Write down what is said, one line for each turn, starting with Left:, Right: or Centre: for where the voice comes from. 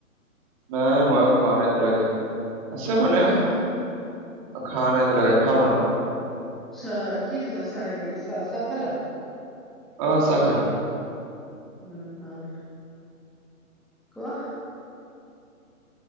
Right: নাই মই খোৱা নাই এতিয়ালৈকে, আছে মানে
Centre: অ', হয়
Right: খোৱা নাই। তিয়ালগে খাম আৰু।
Centre: চাহ কি খালা চাহ দি চাহ চাহ খালা।
Right: অঁ চাহ খালো।
Centre: উম হয়, কোৱা?